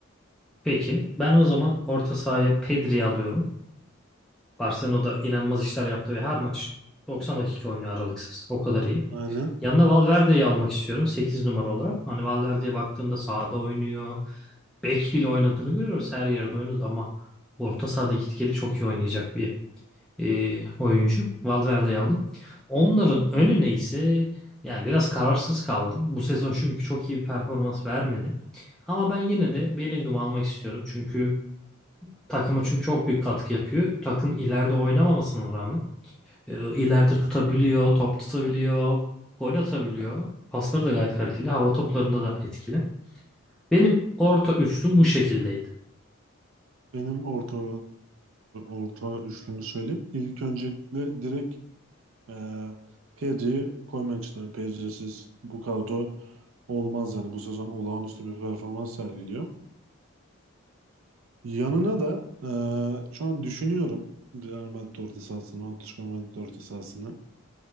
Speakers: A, in the centre; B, on the right (about 70°).
A: peki ben o zaman orta sahaya Pedri'yi alıyorum. Barcelona'da inanılmaz işler yaptı ve her maç 90 dakika oynuyor aralıksız. O kadar iyi.
B: Aynen.
A: Yanına Valverde'yi almak istiyorum 8 numara olarak. Hani Valverde'ye baktığında sahada oynuyor. Bek bile oynadığını görüyoruz. Her yerde oynadı ama orta sahada gitgeli çok iyi oynayacak bir e, oyuncu. Valverde'yi aldım. Onların önüne ise yani biraz kararsız kaldım. Bu sezon çünkü çok iyi bir performans vermedi. Ama ben yine de Bellingham'ı almak istiyorum. Çünkü Takıma çünkü çok büyük katkı yapıyor. Takım ileride oynamamasına rağmen e, ileride tutabiliyor, top tutabiliyor, gol atabiliyor. Pasları da gayet kaliteli. Hava toplarında da etkili. Benim orta üçlüm bu şekildeydi.
B: Benim orta e, orta üçlümü söyleyeyim. İlk öncelikle direkt Ee, Pedri'yi koymak istiyorum. Pedri'siz bu kadro olmaz yani. Bu sezon olağanüstü bir performans sergiliyor. Yanına da e, şu an düşünüyorum Real Madrid orta sahasını, Atletico Madrid orta sahasını,